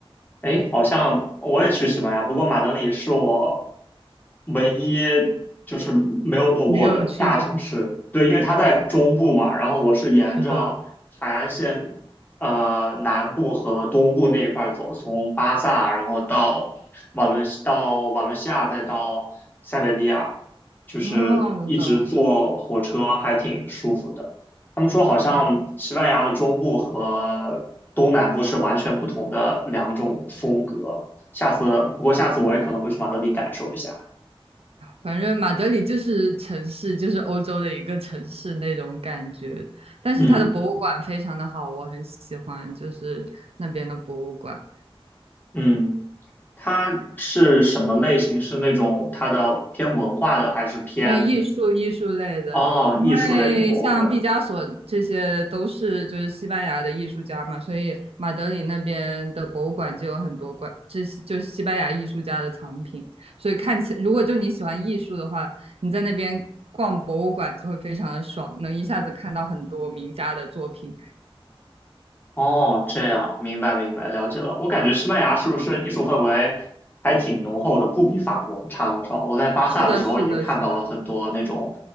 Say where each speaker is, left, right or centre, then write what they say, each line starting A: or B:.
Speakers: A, on the left; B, on the right.
A: 哎，好像我也去西班牙，不过马德里是我唯一就是没有路过的大城市。
B: 没有去的。
A: 对，因为它在中部嘛，
B: 哦，
A: 然后我是沿着海岸线，
B: 是的，
A: 呃，南部和东部那一块儿走，从巴萨，然后到瓦伦西到瓦伦西亚，再到塞维利亚，就是一直坐火车还挺舒服的。
B: 哦，我懂。
A: 他们说好像西班牙的中部和东南部是完全不同的两种风格。
B: 哦，
A: 下次，不过下次我也可能会去马德里感受一下。
B: 反正马德里就是城市，就是欧洲的一个城市那种感觉，但是它的博物馆非常的好，
A: 嗯
B: 我很喜欢，就是那边的博物馆。
A: 嗯，它是什么类型？是那种它的偏文化的，还是偏
B: 没有艺术艺术类的，
A: 哦艺术类的博物馆？
B: 因为像毕加索这些都是就是西班牙的艺术家嘛，所以马德里那边的博物馆就有很多馆，这些就是西班牙艺术家的藏品，所以看起如果就你喜欢艺术的话，你在那边逛博物馆就会非常的爽，能一下子看到很多名家的作品。
A: 哦，这样，明白明白，了解了。我感觉西班牙是不是艺术氛围还挺浓厚的，不比法国差多少。我在巴萨的时候也看到了很多那种
B: 是的，是的，是的。